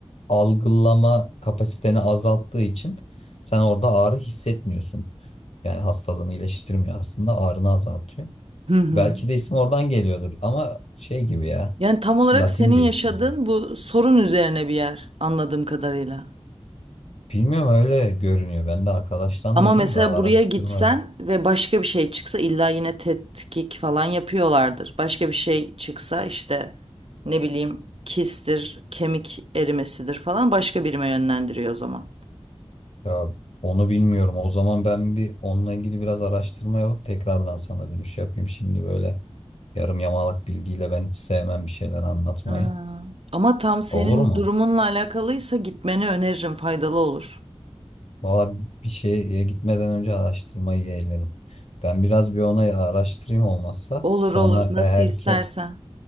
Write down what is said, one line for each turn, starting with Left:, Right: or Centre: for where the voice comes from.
Left: algılama kapasiteni azalttığı için sen orada ağrı hissetmiyorsun. Yani hastalığını iyileştirmiyor aslında ağrını azaltıyor.
Right: Hı hı.
Left: Belki de isim oradan geliyordur ama şey gibi ya
Right: Yani tam olarak
Left: Latince
Right: senin yaşadığın
Left: ismi.
Right: bu sorun üzerine bir yer anladığım kadarıyla.
Left: Bilmiyorum öyle görünüyor. Ben de arkadaştan
Right: Ama
Left: duydum
Right: mesela
Left: da araştırmadım.
Right: buraya gitsen ve başka bir şey çıksa illa yine tetkik falan yapıyorlardır. Başka bir şey çıksa işte ne bileyim kistir, kemik erimesidir falan başka birime yönlendiriyor o zaman.
Left: Ya onu bilmiyorum. O zaman ben bir onunla ilgili biraz araştırma yapıp tekrardan sana dönüş yapayım. Şimdi böyle yarım yamalak bilgiyle ben hiç sevmem bir şeyler anlatmayı.
Right: Ha. Ama tam senin
Left: Olur mu?
Right: durumunla alakalıysa gitmeni öneririm faydalı olur.
Left: Valla bir şeye gitmeden önce araştırmayı yeğlerim. Ben biraz bir ona araştırayım olmazsa.
Right: Olur
Left: Sonra
Right: olur nasıl
Left: eğer
Right: istersen.
Left: ki